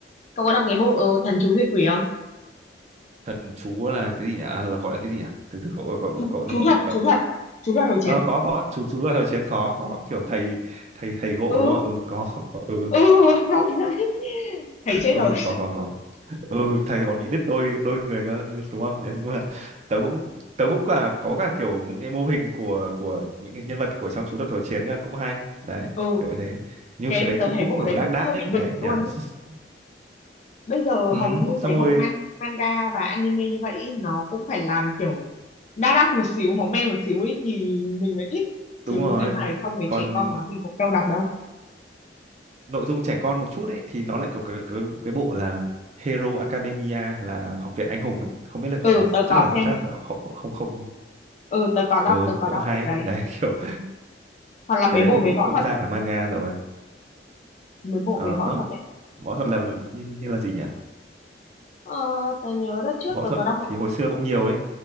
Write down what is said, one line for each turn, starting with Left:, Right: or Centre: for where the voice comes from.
Left: cậu có đọc cái bộ ờ, thần chú diệt quỷ không?
Right: thần chú là cái gì nhỉ à, là gọi là cái gì nhỉ từ từ cậu cậu cậu
Left: Chú
Right: cậu nó
Left: chú
Right: gọi-
Left: thật,
Right: đọc
Left: chú thật, chú thật hồi chiến.
Right: ờ có có chú chú là thời chiến có có kiểu thầy thầy thầy gộ
Left: Ừ,
Right: đúng không ừ có có ừ
Left: ừ, hay đấy. Thấy chết
Right: ừ
Left: rồi.
Right: có có có ừ thầy còn bị đứt đôi đôi người cơ đúng không nên mà tớ cũng tớ cũng cả có cả kiểu những cái mô hình của của những cái nhân vật của trong chú thuật hồi chiến cơ cũng hay đấy
Left: Ừ,
Right: kiểu như thế như
Left: cái
Right: cái đấy
Left: tớ
Right: cũng
Left: thấy
Right: cũng
Left: bộ
Right: kiểu
Left: đấy
Right: đác
Left: cũng
Right: đác
Left: hơi
Right: ấy
Left: bị đỉnh
Right: đấy nhỉ
Left: luôn. ý.
Right: <laughs>
Left: Bây giờ
Right: ừ
Left: hầu như
Right: xong
Left: mấy bộ
Right: rồi
Left: man, manga và anime như vậy ý, nó cũng phải làm kiểu đa đắt một xíu máu me một xíu ấy thì mình mới thích chứ
Right: đúng rồi
Left: nếu mà không ấy
Right: còn
Left: trẻ con quá mình cũng đâu đọc đâu
Right: nội dung trẻ con một chút ấy thì nó lại có cái, cái, cái bộ là Hero Academia là học viện anh hùng ấy. Không biết là
Left: ừ
Right: cậu
Left: tớ
Right: chắc
Left: có
Right: là
Left: xem
Right: chắc là không không không
Left: ừ tớ có đọc
Right: ừ
Left: tớ có
Right: cũng
Left: đọc
Right: hay
Left: bộ đấy
Right: đấy <laughs> kiểu
Left: hoặc là mấy
Right: cái đấy
Left: bộ
Right: thì cũng
Left: về võ
Right: cũng
Left: thuật
Right: ra cả manga rồi
Left: mấy bộ
Right: ờ
Left: về võ
Right: hả
Left: thuật đấy
Right: võ thuật là như, như là gì nhỉ
Left: ờ, tớ nhớ đợt trước
Right: võ
Left: tớ
Right: thuật
Left: có đọc một
Right: thì
Left: bộ
Right: hồi xưa cũng nhiều ấy